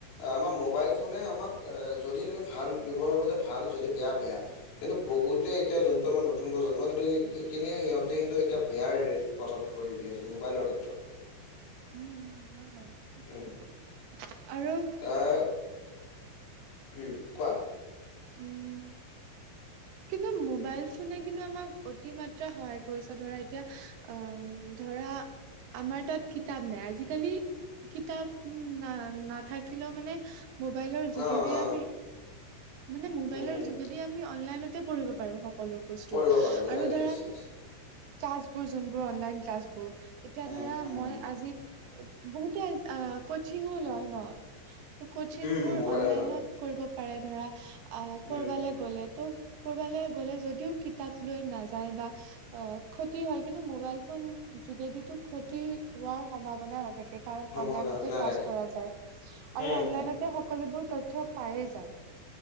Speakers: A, on the left (about 85°); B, on the right (about 65°).
A: আমাৰ মোবাইল ফোনে আমাক যদি তুমি ভাল ব্যয়ৱহাৰ কৰিছা ভাল যদি বেয়া বেয়া, কিন্তু বহুতে এতিয়া যোনটো আমাৰ নতুন প্ৰজন্ম কিন্তু সেই সেইখিনিয়ে সিহঁতে কিন্তু এতিয়া বেয়াৰ পথত ভৰি দি আছে মোবাইলৰ ক্ষেত্ৰত।
B: উম, হয় বাৰু ঠিক
A: উম
B: কথা কৈছা আৰু
A: তাৰ উম, কোৱা।
B: উম, কিন্তু মোবাইল ফোনে কিন্তু আমাক অতি মাত্ৰা সহায় কৰিছে ধৰা এতিয়া উম, ধৰা আমাৰ তাত কিতাপ নাই আজিকালি কিতাপ না নাথাকিলেও মানে মোবাইলৰ যোগেদিয়ে
A: অ অ
B: আমি মানে মোবাইলৰ
A: উম উম
B: যোগেদিয়ে আমি অনলাইনতে পঢ়িব পাৰো। পালোঁ বস্তু
A: পৰিব পাৰো য়েছ
B: আৰু ধৰা
A: য়েছ
B: ক্লাছ বোৰ যোনবোৰ অনলাইন ক্লাছ বোৰ এতিয়া
A: উম
B: ধৰা
A: উম
B: মই
A: উম
B: আজি বহুতে আ, কোচিংও লয় ন? কচিং
A: উম
B: বোৰ
A: মোবাইলৰ
B: অনলাইনত কৰিব পাৰে ধৰা আ, কৰবাল
A: উম
B: গ'লে তো কৰবালে গ'লে যদিও কিতাপ লৈ নাযায় বা অ, ক্ষতি হয় কিন্তু মোবাইল ফোন যোগেদিতো ক্ষতি হোৱাৰ সম্ভাৱনা নাথাকে। কাৰণ
A: সম্ভাৱনা
B: অনলাইনতে
A: নাথাকে
B: ক্লাছ কৰা যায় আৰু
A: উম
B: অনলাইনতে
A: উম
B: সকলোবোৰ তথ্য পায়ে যায়।